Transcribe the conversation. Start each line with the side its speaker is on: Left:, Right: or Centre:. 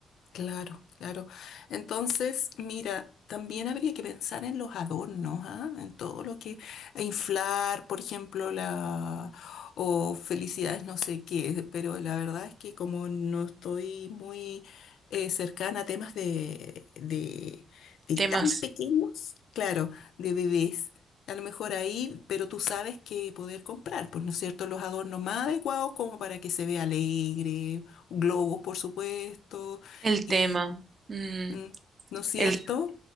Left: Claro, claro. Entonces, mira, también habría que pensar en los adornos, ¿ah? En todo lo que e inflar, por ejemplo, la o felicidades no sé qué, pero la verdad es que como no estoy muy eh, cercana a temas de, de, de
Right: Temas.
Left: tan pequeños, claro, de bebés. A lo mejor ahí, pero tú sabes que poder comprar, pues, ¿no es cierto? Los adornos más adecuados como para que se vea alegre, globos, por supuesto
Right: El tema.
Left: y,
Right: mm,
Left: mm, ¿no es cierto?
Right: el,